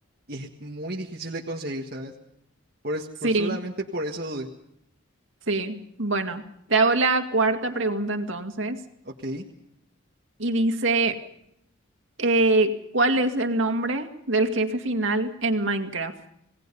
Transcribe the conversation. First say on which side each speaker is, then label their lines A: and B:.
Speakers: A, on the right (about 50°); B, on the right (about 65°).
A: Y es muy difícil de conseguir, ¿sabes? Por, es- por
B: Sí,
A: solamente por eso dudé.
B: sí. Bueno, te hago la cuarta pregunta entonces.
A: Ok.
B: Y dice. Eh, ¿cuál es el nombre del jefe final en Minecraft?